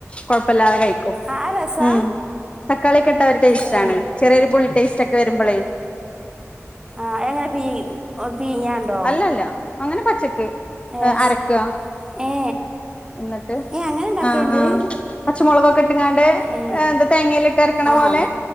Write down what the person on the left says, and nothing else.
കൊഴപ്പല്ലാതെ കഴിക്കും
ഉം തക്കാളി കെട്ട ഒരു ടേസ്റ്റ്
ആണ് ചെറിയൊരു പുളി ടേസ്റ്റ് ഒക്കെ വരുമ്പൊളേ
അല്ലല്ല അങ്ങനെ പച്ചക്ക്
അരക്ക
ന്നിട്ട്
ആഹ് ആഹ് പച്ചമൊളകൊക്ക ട്ട്ങ്ങാണ്ട്
എന്ത തേങ്ങയില് ട്ട് അരക്ക്‌ണ
പോലെ